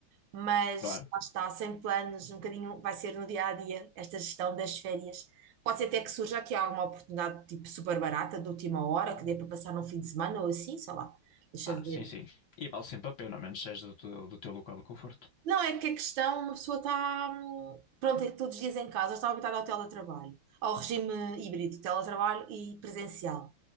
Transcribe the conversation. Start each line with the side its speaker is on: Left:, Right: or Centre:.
Right: mas
Left: <laughs>
Right: lá está, sem planos, um bocadinho vai ser no dia a dia esta gestão das férias. Pode ser até que surja aqui alguma oportunidade tipo super barata, de última hora, que dê para passar num fim de semana ou assim, sei lá. Deixa
Left: Ah,
Right: eu ver.
Left: sim, sim. E vale sempre a pena, a menos seja do, teu- do teu local de conforto.
Right: Não, é que a questão, uma pessoa está, hum, pronto, é todos os dias em casa, está habituada ao teletrabalho, ao regime híbrido, teletrabalho e presencial.